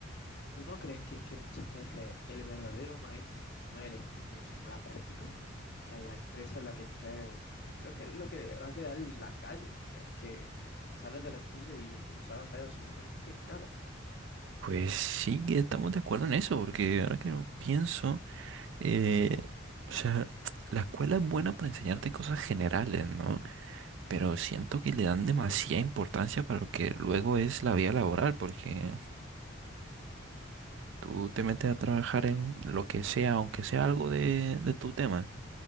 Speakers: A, on the left; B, on the right.
A: ¿Tú no crees que es que muchas veces el verdadero maestro no es el estudio, sino la práctica? para la empresa en la que estés, o- yo creo que es lo que de verdad te da el- la calle. O sea, es que sales de los estudios y es que no sabes hacer absolutamente nada.
B: Pues sí que estamos de acuerdo en eso, porque ahora que lo pienso, eh, o sea, la escuela es buena para enseñarte cosas generales, ¿no? pero siento que le dan demasiada importancia para lo que luego es la vida laboral, porque tú te metes a trabajar en lo que sea, aunque sea algo de, de tu tema,